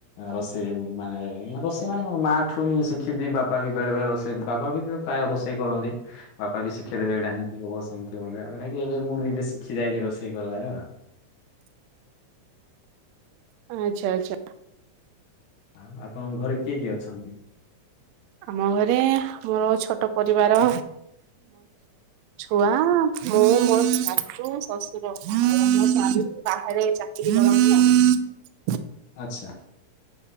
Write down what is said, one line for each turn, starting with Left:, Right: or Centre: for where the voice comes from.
Left: ରୋଷେଇ ମାନେ ରସେଇ ମାନ କଣ ମା ଠୁ ହଁ ଶିଖିଛି ବାପ ବି ବେଳେବେଳେ ରୋଷ ସେ ବାପା ବି ପ୍ରାୟ ରୋଷେଇ କରନ୍ତି ବାପା ବି ଶିଖେଇ ଦେବେ ଏଇଟା ଏମିତି ହବ ସେମିତି ହବ। <unintelligible> କି ଏବେ ମୁଁ ନିଜେ ଶିଖି ଯାାଇଚି ରୋଷେଇ କରିବାର।
Right: ଆଛା ଅଛା।
Left: ଆଉ ଆପଣଙ୍କ ଘରେ କିଏ କିଏ ଅଛନ୍ତି?
Right: ଆମ ଘରେ ମୋର ଛୋଟ ପରିବାର ଛୁଆ ମୁଁ ମୋ ସାଶୁ ଶଶୁର <unintelligible> ବାହାରେ ଚାକି <unintelligible>
Left: ଆଚ୍ଛା।